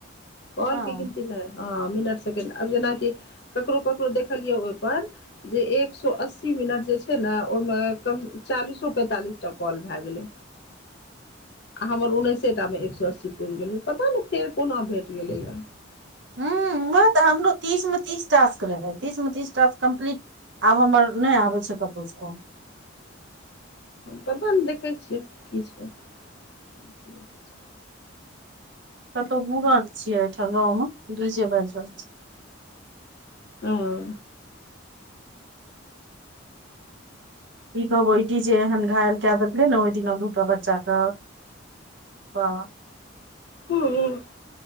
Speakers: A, on the left; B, on the right.
A: कॉलके
B: हँ
A: गिनती नहि हँ मिनट सेकेण्ड आब जेनाकि ककरो ककरो देखलियै ओहिपर जे एक सो अस्सी मिनट जे छै ने ओहिमे कम चालीसो पैंतालिस टा कॉल भए गेलै हमर उनइसेटामे एक सौ अस्सी पुड़ गेल पता नहि फेर कोना भेल गेलैआ
B: हं वैह तऽ हमरो तीस में तीस टास्क रहे तीस मे तीस टास्क कम्प्लीट आब हमर नहि आबे छै कतहु से
A: पता नय देखै छियै की छै <inaudible>
B: कतहु मुरन छियै ठाम गाँव मे डीजे बाजि रहल छी
A: अं
B: ठीक है ईठी जेहन घायल कए देेलैकेने ओ दिना रूक तबच्चा क बा
A: हूँ